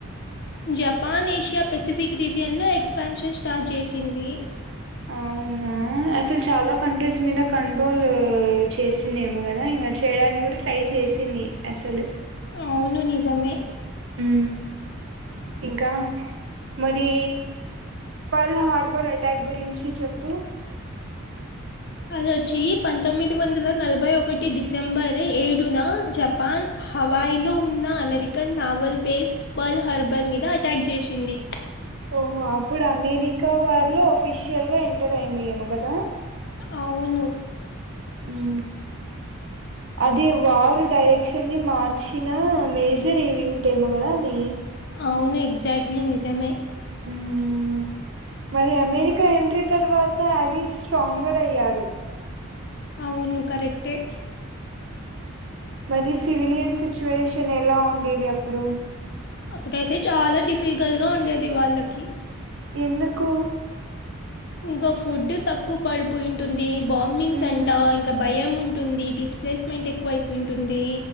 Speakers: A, on the left; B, on the right.
A: జపాన్ ఏషియా పెసిఫిక్ రీజియన్లో ఎక్స్పాన్షన్ స్టార్ట్ చేసింది
B: అవునా అసలు చాలా కంట్రీస్ మీద కంట్రోల్ చేసిందేమి కదా ఇ చేయడానికి కూడా ట్రై చేసింది అసలు
A: అవును నిజమే
B: ఉ ఇంకా మరి పల్ హార్బర్ అటాక్ గురించి చెప్పు
A: అలోచి పంతొమ్మిది వందల నలభై ఒకటి డిసెంబర్ ఏడున జపాన్ హవాయిలో ఉన్న American naval base Pearl herbal మీద అటాక్ చేసింది
B: ఓహో అప్పుడు అమెరికా వారిలో అఫిషియల్ గా ఎంటర్ అయింది ఏమో కదా
A: అవును
B: ఉ అది వారు డైరెక్షన్ ని మార్చిన మేజర్ ఈవెంట్ ఏమో గదది
A: అవును ఎక్్జాక్ట్లీ నిజమే
B: మ్మ్ మరి అమెరికా ఎంట్రీ తర్వాత అలీ స్ట్రాంగర్ అయ్యారు
A: అవును కరెక్టే
B: మరి సివిలియన్ సిచ్యువేషన్ ఎలా ఉండేది అప్పుడు
A: అప్పుడైతే చాలా డిఫికల్ట్ గా ఉండేది వాళ్ళకి
B: ఎందుకు
A: ఇంకా ఫుడ్ తక్కువ పడిపోయింటుంది బాంబింగ్స్
B: మ్మ్
A: అంటా ఇంకా భయం ఉ ఉంటుంది డిస్ప్లేస్మెంట్ ఎక్కువ అయిపో ఉంటుంది